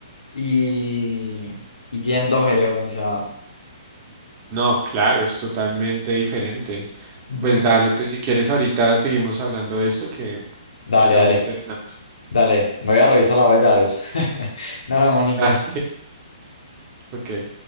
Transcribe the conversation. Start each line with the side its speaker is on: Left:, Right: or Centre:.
Left: y, y tienen dos aires acondicionados.
Right: No, claro, es totalmente diferente.
Left: Ujú.
Right: Pues dale, pues si quieres ahorita seguimos hablando de esto que
Left: Dale,
Right: está
Left: dale.
Right: muy interesante.
Left: Dale, me voy a revisar la boleta de la luz. <laughs> Nos vemos, Nico.
Right: <laughs> Dale, ok.